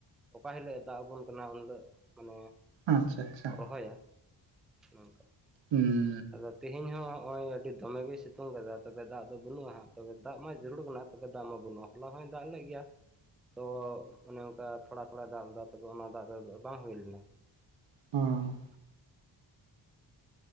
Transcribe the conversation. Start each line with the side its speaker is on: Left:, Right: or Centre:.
Centre: ᱚᱠᱟ ᱦᱤᱞᱳᱜ ᱮ ᱫᱟᱜ ᱟᱵᱚᱱ ᱠᱟᱱᱟ ᱩᱱ ᱦᱤᱞᱳᱜ ᱢᱟᱱᱮ
Right: ᱟᱪᱪᱷᱟ ᱟᱪᱪᱷᱟ᱾
Centre: ᱨᱚᱦᱚᱭᱟ ᱱᱚᱝᱠᱟ᱾
Right: ᱦᱩᱸ
Centre: ᱟᱫᱚ ᱛᱮᱦᱮᱧ ᱦᱚᱸ ᱱᱚᱜᱼᱚᱭ ᱟᱹᱰᱤ ᱫᱚᱢᱮ ᱜᱮᱭ ᱥᱤᱛᱩᱝ ᱠᱟᱫᱟ, ᱛᱚᱵᱮ ᱫᱟᱜ ᱫᱚ ᱵᱟᱹᱱᱩᱜᱼᱟ ᱦᱟᱸᱜ ᱛᱚᱵᱮ ᱫᱟᱜ ᱢᱟ ᱡᱟᱹᱨᱩᱲ ᱠᱟᱱᱟ ᱾ ᱛᱚᱵᱮ ᱫᱟᱢ ᱢᱟ ᱵᱟᱹᱱᱩᱜᱼᱟ, ᱦᱚᱞᱟ ᱦᱚᱭ ᱫᱟᱜ ᱞᱮᱜ ᱜᱮᱭᱟ᱾ ᱛᱚ ᱚᱱᱮ ᱚᱱᱠᱟ ᱛᱷᱚᱲᱟ ᱛᱷᱚᱲᱟᱭ ᱫᱟᱜ ᱞᱮᱫᱟ ᱛᱚᱵᱮ ᱚᱱᱟ ᱫᱟᱜ ᱫᱚ ᱵᱟᱝ ᱦᱩᱭ ᱞᱮᱱᱟ ᱾
Right: ᱚᱸ